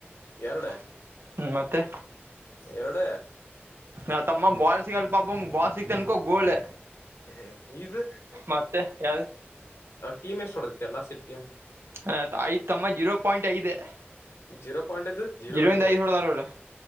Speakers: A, on the right; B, on the left.
A: <inaudible>
B: ಎರಡ
A: ಹ್ಮ ಮತ್ತೆ
B: ಎರಡ
A: ನ ತಮ್ಮ ಬಾ ಸಿಲ್ಪ ಬಾ ಸಿಗ್ತನ್ಕೋ ಗೋಲ್.
B: ಹ್ಮ್ ಇದು
A: ಮತ್ತೆ ಯಾವ್ದು
B: ಟೀಮ್ ಎಷ್ಟ ಹೊಡದತಿ ಎಲ್ಲ ಸಿಟ್ ಟೀಮ್.
A: ಆ ಆಯ್ತ್ ತಮ್ಮ ಜೀರೋ ಪಾಯಿಂಟ್ ಆಗಿದೆ.
B: ಜೀರೋ ಪಾಯಿಂಟ್ ಇದು ಜೀರೋ
A: ಇರಿಂದ
B: ಇದು
A: ಐದ್ ಹೊಡ್ದಾರ್ರ